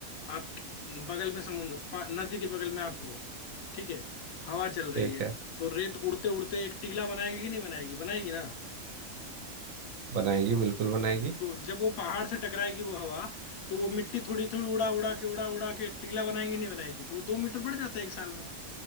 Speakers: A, on the left; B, on the right.
A: आप बगल में समुद्र पा- नदी के बगल में आप हो ठीक है हवा चल रही
B: ठीक
A: है
B: है
A: तो रेत उड़ते उड़ते एक टीला बनाएगी कि नहीं बनाएगी बनाएगी ना
B: बनाएगी बिल्कुल बनाएगी
A: तो जब वो पहाड़ से टकराएगी वो हवा तो वो मिट्टी थोड़ी थोड़ी उड़ा उड़ा के उड़ा उड़ा के टीला बनाएगी नहीं बनाएगी तो वो दो मीटर बढ़ जाता है एक साल में